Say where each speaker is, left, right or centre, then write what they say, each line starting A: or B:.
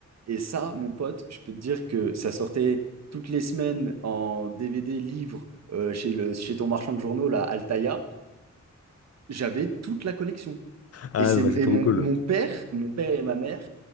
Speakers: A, on the right; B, on the left.
A: Et ça, mon pote, je peux te dire que ça sortait toutes les semaines en DVD, livre, euh, chez le, chez ton marchand de journaux là, Altaïa. j'avais toute la collection.
B: Ah,
A: Et, c'est,
B: non, mais c'est
A: et
B: trop
A: mon,
B: cool.
A: mon père, mon père et ma mère